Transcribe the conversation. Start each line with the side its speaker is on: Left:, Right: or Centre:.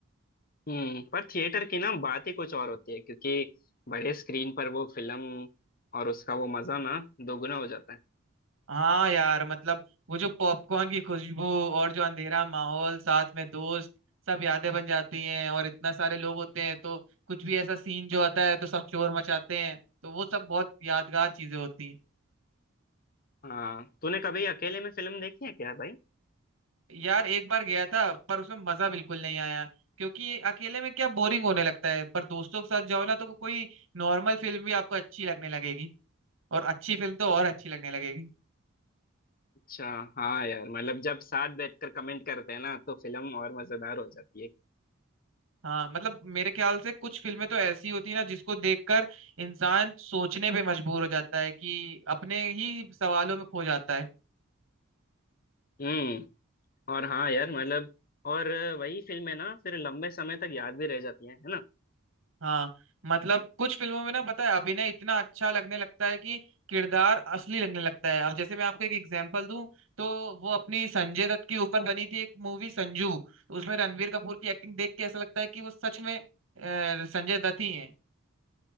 Left: हम्म पर थिएटर की ना बात ही कुछ और होती है क्योंकि बड़े स्क्रीन पर वो फिल्म और उसका वो मजा ना दोगुना हो जाता है
Right: हाँ यार मतलब वो जो पॉपकॉर्न की खुशबू और जो अंधेरा माहौल साथ में दोस्त सब यादें बन जाती हैं और इतना सारे लोग होते हैं तो कुछ भी ऐसा सीन जो आता है तो सब शोर मचाते हैं तो वो सब बहुत यादगार चीजें होती हैं
Left: हाँ तूने कभी अकेले में फिल्म देखी है क्या भाई
Right: यार एक बार गया था पर उसमें मजा बिल्कुल नहीं आया क्योंकि ये अकेले में क्या बोरिंग होने लगता है पर दोस्तों के साथ जाओ ना तो को- कोई नॉर्मल फिल्म भी आपको अच्छी लगने लगेगी और अच्छी फिल्म तो और अच्छी लगने लगेगी
Left: अच्छा हाँ यार मतलब जब साथ बैठकर कमेंट करते हैं ना तो फिल्म और मजेदार हो जाती है
Right: हाँ मतलब मेरे ख्याल से कुछ फिल्में तो ऐसी होती है ना जिसको देखकर इंसान सोचने पे मजबूर हो जाता है कि अपने ही सवालों में खो जाता है
Left: हम्म और हाँ यार मतलब और वही फिल्में ना फिर लंबे समय तक याद भी रह जाती हैं है ना
Right: हाँ मतलब कुछ फिल्मों में ना पता है अभिनय इतना अच्छा लगने लगता है कि किरदार असली लगने लगता है अब जैसे मैं आपको एक एग्जांपल दूं तो वो अपनी संजय दत्त के ऊपर बनी थी एक मूवी संजू तो उसमें रणवीर कपूर की एक्टिंग देख के ऐसा लगता है कि वो सच में अ, संजय दत्त ही है